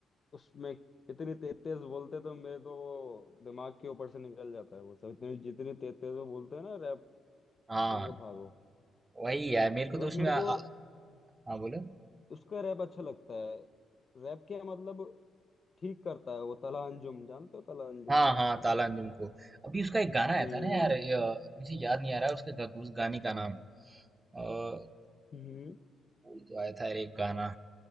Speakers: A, on the left; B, on the right.
A: उसमें इतनी तेज तेज बोलते तो मेरे तो वो दिमाग के ऊपर से निकल जाता है वो सब इतनी जितनी तेज तेज वो बोलते हैं ना रैप
B: हाँ
A: मैंने कहा भागो
B: वही यार मेरे को
A: बस
B: तो उसमें
A: मेरे
B: आ, आ,
A: को
B: हाँ बोलो
A: उसका रैप अच्छा लगता है रैप क्या मतलब ठीक करता है वो तला अंजुम जानते हो तला अंजुम
B: हाँ
A: को
B: हाँ ताला अंजुम को अभी उसका एक गाना
A: हम्म
B: आया था ना यार ये, अ, मुझे याद नहीं आ रहा है उसके गा- उस गाने का नाम अ,
A: हम्म
B: अभी तो आया था यार एक गाना